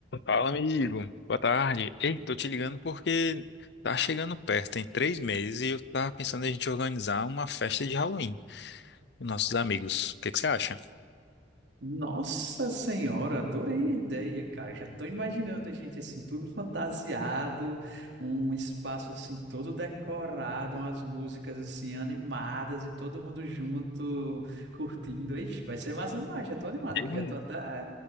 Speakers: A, on the left; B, on the right.
A: Fala, amigo. Boa tarde. Ei, tô te ligando porque tá chegando perto, tem três meses, e eu tava pensando em a gente organizar uma festa de Halloween com nossos amigos. O que que você acha?
B: Nossa Senhora, adorei a ideia, cara. Já estou imaginando a gente assim, tudo fantasiado, um espaço assim todo decorado, umas músicas assim animadas e todo mundo junto curtindo. Ixi, vai ser massa demais. Já estou animado
A: Hum.
B: aqui, já estou até